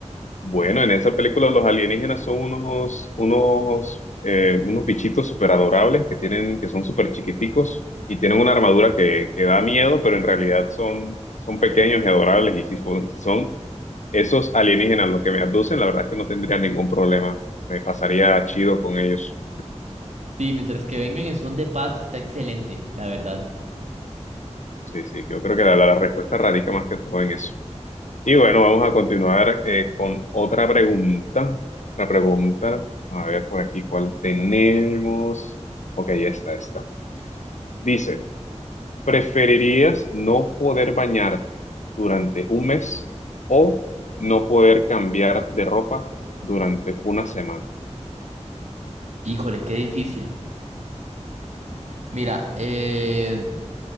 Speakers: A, on the left; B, on the right.
A: Bueno, en esa película los alienígenas son unos, unos, eh, unos bichitos súper adorables que tienen, que son súper chiquiticos y tienen una armadura que, que da miedo, pero en realidad son, son pequeños y adorables. Y si, fon- si son esos alienígenas los que me abducen, la verdad es que no tendría ningún problema. Me pasaría chido con ellos.
B: Sí, mientras que vengan en son de paz está excelente, la verdad.
A: Sí, sí, yo creo que la, la respuesta radica más que todo en eso. Y bueno, vamos a continuar eh, con otra pregunta. Una pregunta, a ver por aquí cuál tenemos. Ok, esta, esta. Dice, ¿preferirías no poder bañarte durante un mes o no poder cambiar de ropa durante una semana?
B: Híjole, qué difícil. Mira, eh,